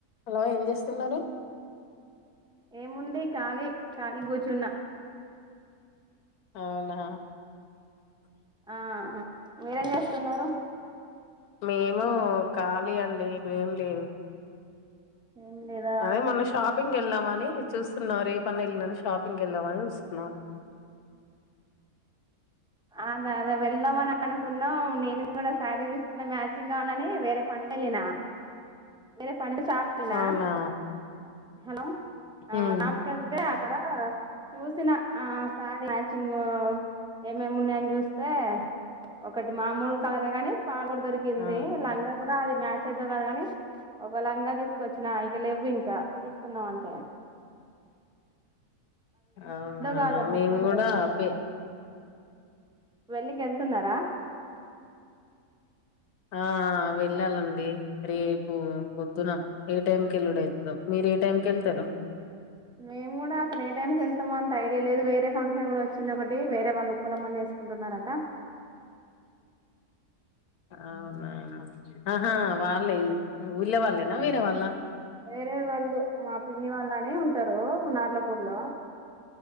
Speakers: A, on the left; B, in the centre.
A: హలో ఏం జేస్తున్నరు.
B: ఏముంది కాళీ కాళిగూచ్చున్న.
A: ఔనా
B: ఆ అ మీరేం జేస్తున్నారు
A: మేము ఖాళీ అండి ఏం లేదు.
B: ఏం లేదా
A: అదే మొన్న షాపింగ్ కెళ్దామని చూస్. కున్నా రేపన్న ఎల్లుండన్న షాపింగ్ కెల్దామని జూస్తున్నాం.
B: అదాదే వెళ్దామని అనుకు న్న నేను గూడా శారీ దీస్కున్న మ్యాచ్. చింగ్ కాల్లని వేరే పనిమెళ్ళిన మరపనిని <unintelligible>
A: అవునా
B: హెలో ఆ
A: ఉమ్.
B: అక్కడ చూసిన ఆ సార్ మ్యాచింగు. ఏమేమున్నాయన్ జూస్తే ఒకటి మామూల్ కలరే గాని. పాగొడదిరిగింది
A: ఆ
B: <unintelligible> కూడా అది. మ్యాచయిద్దో కాదో గానీ ఒక లంగా దీసుకొచ్చిన ఇక లెవ్వింక తీసుకుందామంటే.
A: అవునా
B: కాదో
A: మేమ్
B: మొత్తానికి
A: గూడా
B: అయితే
A: ఆపే.
B: పెళ్ళికెళ్తున్నారా.
A: అ ఆ వెళ్ళాలండి రేపు పొద్దున ఏటైంకెళ్ళుడైద్దో మీరే టైంకెళ్తరు.
B: మేమ్ గూడా అసలేటైంకెళ్తమో అంత ఐడియా లేదు వేరే ఫంక్షన్ గూడా వచ్చిందొకటి వేరే వాళ్ళుప్పలమ్మని చేసుకుంటున్నారట.
A: ఔనా అహా వాళ్ళే ఉళ్ళే వాళ్ళేనా వేరే వాళ్ళ.
B: వేరే వళ్ళు మా పిన్ని వాళ్ళని ఉంటారు నార్లపూర్ లో